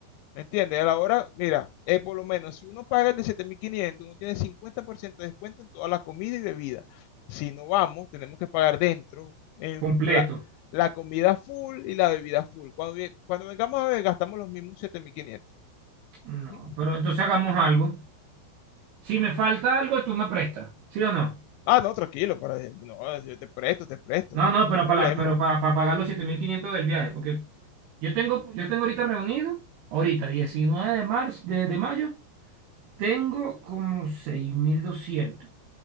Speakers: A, on the left; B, on the right.
A: ¿me entiendes? A la hora, mira, eh, por lo menos si uno paga el de 7.500, uno tiene 50% de descuento en toda la comida y bebida. Si no vamos, tenemos que pagar dentro en
B: Completo.
A: la, la comida full y la bebida full. Cuando, vi- cuando vengamos a ver, gastamos los mismos 7.500.
B: No,
A: Ujú.
B: pero entonces hagamos algo. Si me falta algo, tú me prestas, ¿sí o no?
A: Ah, no, tranquilo, para, no, yo te presto, te presto.
B: No,
A: no
B: no, pero
A: hay Problema.
B: para, pero para, pagar los 7500 del viaje, porque yo tengo, yo tengo ahorita reunido, ahorita, 19 de marzo, de, de mayo, tengo como 6200.